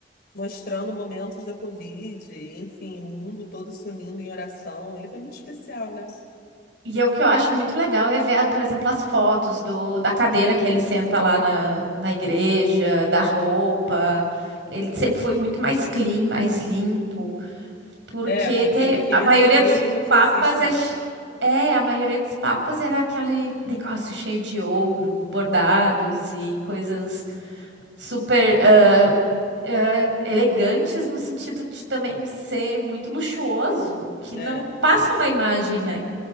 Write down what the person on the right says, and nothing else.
E é o que eu acho muito legal é ver, por exemplo, as fotos do, da cadeira que ele senta lá na, na igreja, da roupa. Ele sempre foi muito mais clean, mais limpo, porque
tem,
a maioria
dos
papas é,
ch- é, a maioria dos papas era aquele negócio cheio de ouro, bordados e coisas super ah, ah, elegantes no sentido de também ser muito luxuoso, que
não passa uma imagem, né?